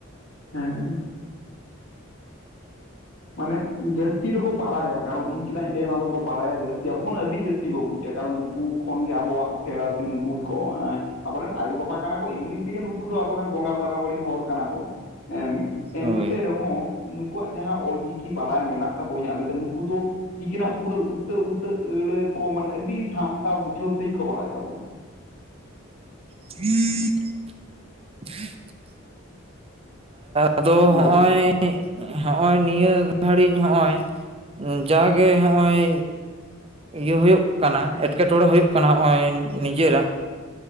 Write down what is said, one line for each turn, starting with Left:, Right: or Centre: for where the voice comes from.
Left: ᱦᱮᱸ, ᱢᱟᱱᱮ ᱡᱟᱹᱥᱛᱤ ᱫᱚᱠᱚ ᱵᱟᱲᱟᱭᱟ ᱠᱟᱨᱚᱱ ᱤᱧ ᱪᱮᱫᱟᱜ ᱤᱧ ᱞᱟᱹᱭᱟ ᱱᱚᱣᱟ ᱫᱚᱠᱚ ᱵᱟᱲᱟᱭᱟ ᱡᱟᱹᱥᱛᱤ ᱟᱵᱚ ᱠᱷᱚᱱ ᱟᱹᱰᱤ ᱡᱟᱹᱥᱛᱤ ᱠᱚ ᱵᱩᱡᱟ᱾ ᱠᱟᱨᱚᱱ ᱱᱩᱠᱩ ᱠᱷᱚᱱ ᱜᱮ ᱟᱵᱚᱣᱟᱜ ᱥᱮᱬᱟ ᱥᱮ ᱱᱩᱠᱩ ᱜᱮᱠᱚ ᱮᱸ ᱟᱵᱚᱨᱮᱱ ᱟᱭᱳᱼᱵᱟᱵᱟ ᱠᱟᱱᱟ ᱠᱚ ᱮᱢᱱᱤ ᱛᱮᱜᱮ ᱱᱩᱠᱩ ᱫᱚ ᱟᱵᱚᱨᱮᱱ ᱵᱚᱸᱜᱟ ᱵᱟᱨᱟᱵᱟᱨᱤ ᱦᱚᱲ ᱠᱟᱱᱟ ᱠᱚ᱾ ᱮᱱᱛᱮ
Right: ᱦᱳᱭ
Left: ᱨᱮᱦᱚᱸ ᱱᱩᱠᱩᱣᱟᱜ ᱡᱟᱦᱟᱸ ᱚᱞ ᱪᱤᱠᱤ ᱵᱟᱲᱟᱭ ᱢᱮᱱᱟᱜ ᱛᱟᱠᱚᱣᱟ ᱤᱧᱟᱹᱜ ᱞᱟᱹᱭ ᱛᱮ ᱱᱩᱠᱩ ᱫᱚ ᱪᱤᱠᱤ ᱱᱟᱜ ᱯᱩᱨᱟᱹ ᱩᱴᱟᱹ ᱤᱴᱟᱹ ᱟᱹᱲᱟᱹ ᱠᱚ ᱢᱟᱱᱮ ᱟᱹᱰᱤ ᱥᱟᱢᱴᱟᱣ ᱜᱩᱪᱷᱟᱹᱣ ᱥᱟᱺᱦᱤᱡ ᱠᱚ ᱵᱟᱲᱟᱭ ᱛᱟᱵᱚᱱᱟ᱾
Right: <inaudible> ᱟᱫᱚ
Left: ᱦᱮᱞᱳ
Right: ᱦᱚᱸᱜᱼᱚᱭ ᱦᱚᱸᱜ-ᱚᱭ ᱱᱤᱭᱟᱹ ᱜᱷᱟᱹᱲᱤᱡ ᱦᱚᱸᱜ-ᱚᱭ, ᱡᱟ ᱜᱮ ᱦᱚᱸᱜᱼᱚᱭ ᱤᱭᱟᱹ ᱦᱩᱭᱩᱜ ᱠᱟᱱᱟ ᱮᱴᱠᱮᱴᱬᱮ ᱦᱩᱭᱩᱜ ᱠᱟᱱᱟ ᱦᱚᱸᱜᱼᱚᱭ ᱱᱤᱡᱮᱨᱟᱜ᱾